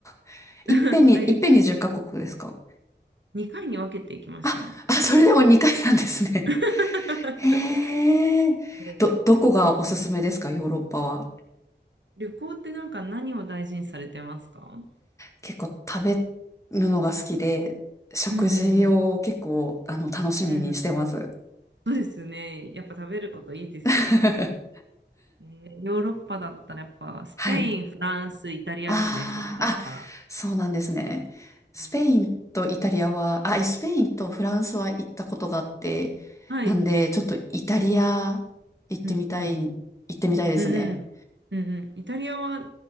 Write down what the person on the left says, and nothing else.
<laughs> いっぺんに、
いっぺんに10カ国ですか
あ、あ、それでも2回なんですね。
へえ。
ど、どこがおすすめですか、ヨーロッパは。
結構食べるのが好きで、食事を結構、
あの、楽しみにしてます。
<laughs>
はい。
ああ、
あ、そうなんですね。スペインとイタリアは、
あ、えスペインとフランスは行ったことがあって、
なんで、ちょっとイタリア行ってみたい、
行ってみたいですね。